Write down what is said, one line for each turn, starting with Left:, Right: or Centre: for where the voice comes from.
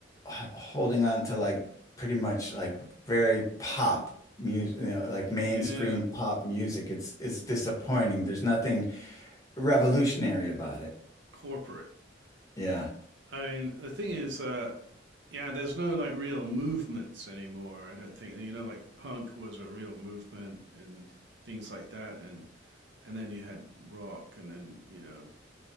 Left: h- holding on to like pretty much like very pop music, you know, like mainstream
Right: yeah,
Left: pop music. It's it's disappointing. There's nothing revolutionary about it.
Right: corporate.
Left: Yeah.
Right: I mean, the thing is, uh, yeah, there's no like real movements anymore. I don't think, you know, like punk was a real movement and things like that, and and then you had rock, and then you know